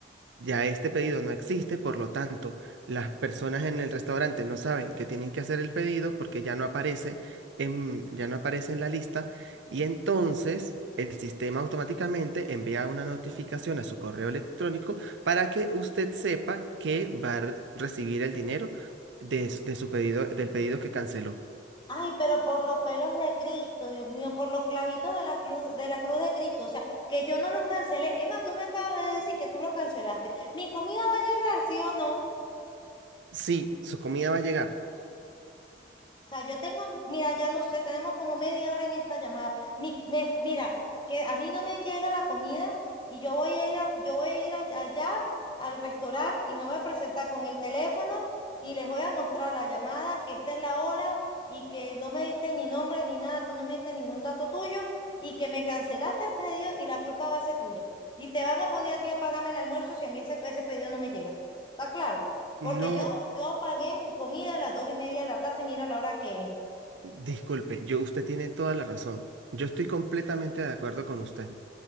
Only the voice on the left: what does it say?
Ay, pero por los pelos de Cristo, Dios mío, por los clavitos de la cruz, de la cruz de Cristo, o sea, que yo no lo cancelé. Emma, tú me acabas de decir que tú lo cancelaste. ¿Mi comida va a llegar, sí o no?
O sea, yo tengo, mira, ya no sé, tenemos como media hora en esta llamada. Mi- me- mira, que a mí no me llega la comida y yo voy a ir a- yo voy a ir a- allá al restaurante y me voy a presentar con el teléfono y les voy a mostrar la llamada, que esta es la hora y que no me diste ni nombre ni nada, tú no me diste ningún dato tuyo y que me cancelaste el pedido y la culpa va a ser tuya. Y te van a poner a ti a pagarme el almuerzo si a mí ese, ese pedido no me llega. ¿Está claro? Porque
yo, yo pagué mi comida a las dos y media de la tarde y mira la hora que es.